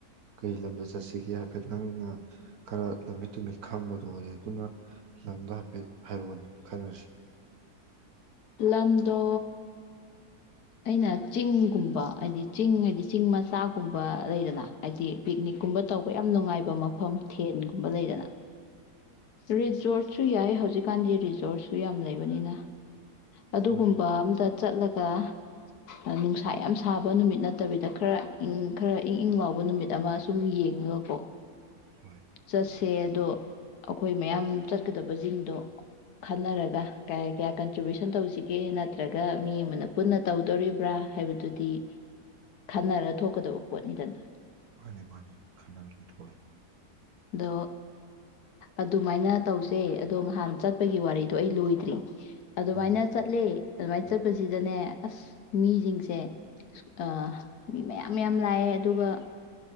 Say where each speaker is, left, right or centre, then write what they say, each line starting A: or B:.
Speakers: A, on the right; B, on the left.
A: ꯀꯩ ꯂꯝꯗ ꯆꯠꯁꯤꯒꯦ ꯍꯥꯏꯐꯦꯠꯇꯪ ꯅ ꯈꯔ ꯂꯝꯃꯤꯠ ꯇꯨꯃꯤꯠ ꯈꯪꯕꯗꯣ ꯑꯣꯏꯔꯦ ꯑꯗꯨꯅ ꯂꯝꯗ ꯍꯥꯏꯐꯦꯠ ꯍꯥꯏꯔꯛꯑꯣꯅꯦ ꯈꯟꯅꯔꯁꯤ
B: ꯂꯝꯗꯣ ꯑꯩꯅ ꯆꯤꯡꯒꯨꯝꯕ ꯍꯥꯏꯗꯤ ꯆꯤꯡ ꯍꯥꯏꯗꯤ ꯆꯤꯡ ꯃꯆꯥꯒꯨꯝꯕ ꯂꯩꯗꯅ ꯍꯥꯏꯗꯤ ꯄꯤꯛꯅꯤꯛꯀꯨꯝꯕ ꯇꯧꯕ ꯌꯥꯝ ꯅꯨꯡꯉꯥꯏꯕ ꯃꯐꯝ ꯊꯦꯟ ꯑꯃ ꯂꯩꯗꯅ ꯔꯤꯖꯣꯔꯠꯁꯨ ꯌꯥꯏ ꯍꯧꯖꯤꯛ ꯀꯥꯟꯙꯤ ꯔꯤꯖꯣꯔꯠꯁꯨ ꯌꯥꯝ ꯂꯩꯕꯅꯤꯅ ꯑꯗꯨꯒꯨꯝꯕ
A: ꯍꯣꯏ
B: ꯑꯝꯇ ꯆꯠꯂꯒ ꯑ ꯅꯨꯡꯁꯥ ꯌꯥꯝ ꯁꯥꯕ ꯅꯨꯃꯤꯠ ꯅꯠꯇꯕꯤꯗ ꯈꯔ ꯏꯪ ꯈꯔ ꯏꯪ ꯏꯪ ꯂꯥꯎꯕ ꯅꯨꯃꯤꯠ ꯑꯃ ꯁꯨꯝ ꯌꯦꯡꯉꯒꯀꯣ
A: ꯍꯣꯏ
B: ꯆꯠꯁꯤ ꯄꯦ ꯑꯗꯣ ꯑꯩꯈꯣꯏ ꯃꯌꯥꯝ ꯆꯠꯀꯗꯕꯖꯤꯡꯗꯣ ꯈꯟꯅꯔꯒ ꯀꯌꯥ ꯀꯌꯥ ꯀꯟꯇ꯭ꯔꯤꯕ꯭ꯌꯨꯁꯟ ꯇꯧꯁꯤꯒꯦ ꯅꯠꯇ꯭ꯔꯒ ꯃꯤ ꯑꯃꯅ ꯄꯨꯟꯅ ꯇꯧꯗꯣꯔꯤꯕ꯭ꯔꯥ ꯍꯥꯏꯕꯗꯨꯗꯤ ꯈꯟꯅꯔ ꯊꯣꯛꯀꯗꯕ ꯄꯣꯠꯅꯤꯗꯅ
A: ꯃꯥꯅꯤ ꯃꯥꯅꯤ ꯈꯟꯅꯔꯒꯊꯣꯛꯑꯅꯤ
B: ꯑꯗꯣ ꯑꯗꯨꯃꯥꯏꯅ ꯇꯧꯁꯦ ꯑꯗꯣ ꯉꯍꯥꯟ ꯆꯠꯄꯒꯤ ꯋꯥꯔꯤꯗꯣ ꯑꯩ ꯂꯣꯏꯗ꯭ꯔꯤ
A: ꯊꯣꯛꯍꯟꯅꯤ
B: ꯑꯗꯨꯃꯥꯏꯅ ꯆꯠꯂꯦ ꯑꯗꯨꯃꯥꯏꯅ ꯆꯠꯄꯁꯤꯗꯅꯦ
A: ꯑꯥ
B: ꯑꯁ ꯃꯤꯖꯤꯡꯁꯦ ꯑ ꯃꯤ ꯃꯌꯥꯝ ꯌꯥꯝ ꯂꯥꯛꯑꯦ ꯑꯗꯨꯒ